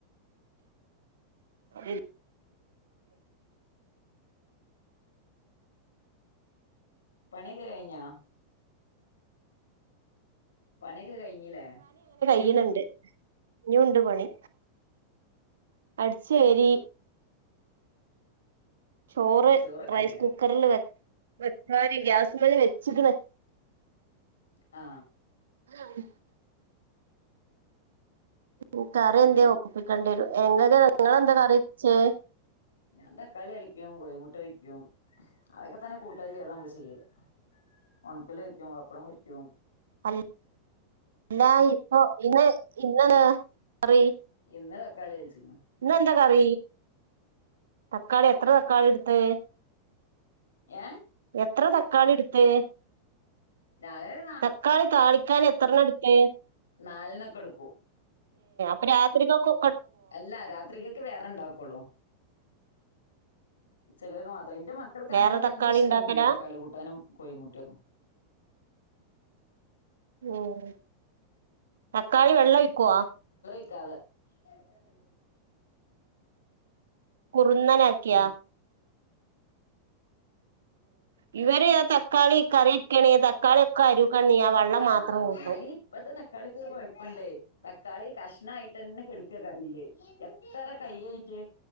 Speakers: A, on the right; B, on the left.
A: ഉമ് <unintelligible>
B: പണിക്കെ കഴിഞ്ഞോ പണി ക്കെ കഴിഞ്ഞില്ലേ
A: ചെയ്യുണുണ്ട്ഇനിം ഉണ്ട് പണി അടിച്ചേരി ചോറ്
B: ചോറൊക്കെ
A: റൈസ്
B: ആയില്ലേ
A: കുക്കറില് വെ വെക്കാന്ന് ഗ്യാസ് വെച്ചിക്കണ്
B: ആ
A: <unintelligible> ഉ കറി
B: വേറെ
A: എന്തേ ഒപ്പിക്കണ്ടിവരും എന്തൊക്കെ <unintelligible> നിങ്ങളെന്താ കറിവെച്ചേ
B: ഞാൻ തക്കാളി താളിക്കും കോഴിമുട്ട കഴിക്കും അതൊക്കെ തന്നെ കൂട്ടാനില്ലാതെ നമ്മള് ചെയ്യല് ഉണക്കല് പൊരിക്കും പപ്പടം പൊരിക്കും
A: അ അല്ല ഇപ്പോ ഇന്ന് ഇന്ന് കറി
B: ഇന്ന് തക്കാളി തളി ച്ചു <unintelligible>
A: ഇന്നെന്താ കറി തക്കാളി എത്ര തക്കാളി എടുത്ത്
B: ഏ
A: എത്ര തക്കാളി എടുത്ത്
B: ഞാനൊരു
A: തക്കാളി താളിക്കാൻ എത്രണ്ണം എട ഏ
B: നാലെണ്ണമൊക്കെ എടുക്കും
A: പ്പ രാത്രിക്കോക്കു
B: അല്ല രാത്രിക്കൊക്കെ വേറെ ഉണ്ടാക്കോള്ളു ഉച്ചക്കേക്ക് മാത്ര അതിന്റെ മക്കൾക്ക്
A: വേറെ
B: അങ്ങനെ വല്യ
A: തക്കാളി
B: ഇഷ്ടമൊന്നുമല്ല
A: ഉണ്ടാക്കലാ
B: തക്കാളി കൂട്ടാനും കോഴിമുട്ടേമൊന്നും
A: ഉം തക്കാളി വെള്ളെഴി <unintelligible>
B: <unintelligible>
A: കുറുന്നെനാക്കിയാ.
B: ഉം
A: ഉം ഇവര് ആ തക്കാളി കറി വെക്കണേ തക്കാളി ഒക്കെ അരിക്കണീ വെള്ളം
B: ആ
A: മാത്രം
B: അതെന്നെ
A: കൂട്ടും
B: ഇപ്പത്തെ തക്കാളിക്കൊരു കൊഴപ്പണ്ട് തക്കാളി കഷ്ണായിട്ടെന്നെ ട്ക്ക കറീല് എത്തറെ.. കയ്യെയിറ്റ്